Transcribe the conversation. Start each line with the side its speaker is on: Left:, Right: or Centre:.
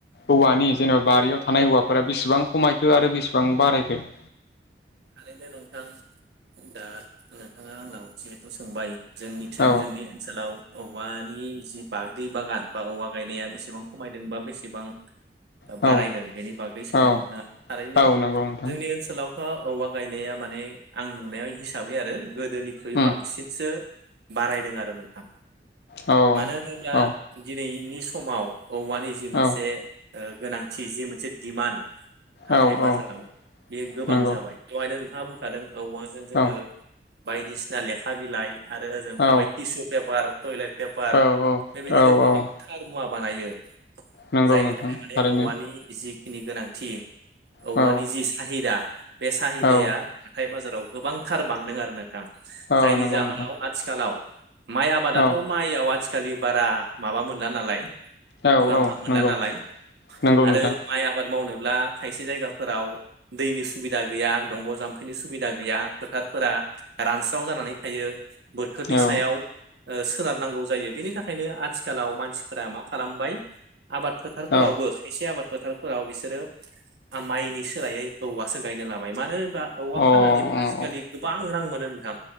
Left: औवानि जेनेबा बारियाव थानाय हौवाफोरा बेसेबां खमायखो आरो बेसेबां बारायखो। <inaudible>
Right: थारैनो नोंथां दा नोंथाङा आंनाव जिहेथु सोंबाय। जोंनिथिं
Left: औ
Right: जोंनि ओनसोलाव औवानि जि बागद्रि बागान बा औवा गायनाया बेसेबां खमायदों बा बेसेबां
Left: औ
Right: बारायदों बेनि बागै सोंदों
Left: औ
Right: नोथाङा थारैनो
Left: औ नंगौ नोंथां
Right: जोंनि ओनसोलावथ--' औवा गायनाया माने आं नुनायाव हिसाबै आरो गोदोनिख्रुइ
Left: उम
Right: बांसिनसो बारायदों आरो नोंथां
Left: औ
Right: मानो होनोब्ला
Left: औ
Right: दिनैनि समाव औवानि जि मोनसे
Left: औ
Right: ओ गोनांथि जि मोनसे दिमान्ड हाथाय
Left: औ
Right: बाजाराव
Left: औ
Right: बेयो गोबां
Left: नंगौ
Right: जाबाय दहायनो नोंथाङा बुंखादों औवाजों जोङो
Left: औ
Right: बायदिसिना लेखा बिलाइ आरो जों थाबाय
Left: औ
Right: टिसु पेपार। टयलेट पेपार
Left: औ
Right: बेबायदिनो
Left: औ
Right: गोबां
Left: औ
Right: थार मुवा बानायो।
Left: नंगौ
Right: जायनि
Left: नोंथां
Right: थाखाय माने
Left: थारैनो
Right: औवानि जि नि गोनांथि औवानि
Left: औ
Right: जि साहिदा बे साहिदाया
Left: औ
Right: हाथाय बाजाराव गोबांथार बांदों आरो नोंथां
Left: औ
Right: जायनि
Left: नंगौ
Right: जाहोनाव
Left: नोंथां
Right: आथिखालाव माइ आबादाथ'
Left: औ
Right: माइयाव आथिखालि बारा माबा मोनला नालाय।
Left: औ
Right: मुलाम्फा
Left: औ
Right: मोनला
Left: नंगौ
Right: नालाय
Left: नंगौ नोंथां
Right: आरो माइ आबाद मावनो ब्ला खायसे जायगाफोव दैनि सु बिदा गैया दंग' जाम्फैनि सुबिदा गैया फोथारफोरा रानस्राव जानानै थायो। बोथोरनि
Left: औ
Right: सायाव ओ सोनारनांगौ जायो बेनि थाखायनो आथिखालाव मानसिफोरा मा खालामबाय आबाद फोथारफोरावबो
Left: औ
Right: खायसे आबाद फोथारफोराव बिसोरो माइनि सोलायै औवासो गायना लाबाय मानो होनबा औवा
Left: अ
Right: फाननानैबो
Left: अ
Right: आजिखालि गोबां रां मोनो नोंथां।